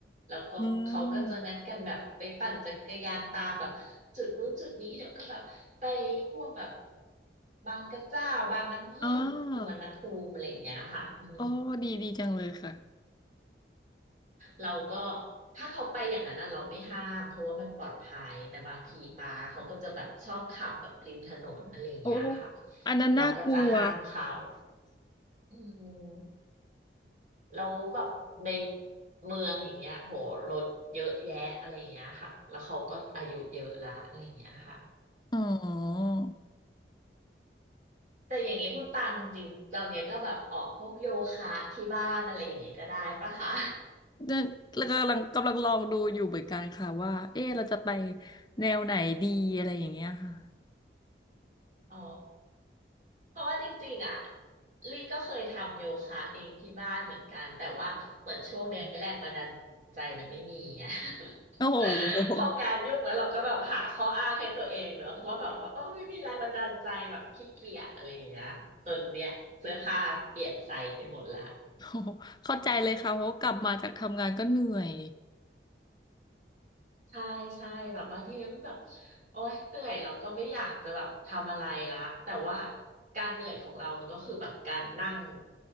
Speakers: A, on the right (about 40°); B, on the left (about 25°).
A: แล้วก็เขาก็จะนัดกันแบบไปปั่นจักรยานตามแบบจุดนู้นจุดนี้เดี๋ยวก็แบบไปพวกแบบ
B: อืม
A: บางกระเจ้าบางน้ำผึ้งสุวรรณภูมิอะไรอย่างเงี้ยค่ะอืม
B: อ๋อโอ้ดีดีจังเลยค่ะ
A: เราก็ถ้าเขาไปอย่างนั้นน่ะเราไม่ห้ามเพราะว่ามันปลอดภัยแต่บางทีปาเขาก็จะแบบชอบขับแบบริมถนนอะไรอย่างเงี้ยค่ะ
B: โอ้อันนั้นน่ากลัว
A: เราก็จะห้ามเขาอืมแล้วแบบในเมืองอย่างเงี้ยโหรถเยอะแยะอะไรอย่างเงี้ยค่ะแล้วเขาก็อายุเยอะละอะไรอย่างเงี้ยค่ะ
B: อืม
A: แต่อย่างเงี้ยคุณตังจริงๆตอนเนี้ยก็แบบออกพวกโยคะที่บ้านอะไรอย่างเงี้ยก็ได้ปะคะ
B: เนี่ยแล้วกำลังกำลังลองดูอยู่เหมือนกันค่ะว่าเอ๊ะเราจะไปแนวไหนดีอะไรอย่างเงี้ยค่ะ
A: อ๋อเพราะว่าจริงๆอ่ะลี่ก็เคยทำโยคะเองที่บ้านเหมือนกันแต่ว่าเหมือนช่วงเนี้ยแรงบันดาลใจมันไม่มีไง <laughs>
B: โอ้โห <laughs>
A: พองานยุ่งแล้วเราก็แบบหาข้ออ้างให้ตัวเองเนอะว่าแบบว่าเออไม่มีแรงบันดาลใจแบบขี้เกียจอะไรอย่างเงี้ยจนเนี่ยเสื้อผ้าเปลี่ยนไซส์ไปหมดละ
B: โอ้โหเข้าใจเลยค่ะเพราะกลับมาจากทำงานก็เหนื่อย
A: ใช่ใช่แบบบางทีมันแบบโอ๊ยเหนื่อยเราก็ไม่อยากจะแบบทำอะไรละแต่ว่าการเหนื่อยของเรามันก็คือแบบการนั่ง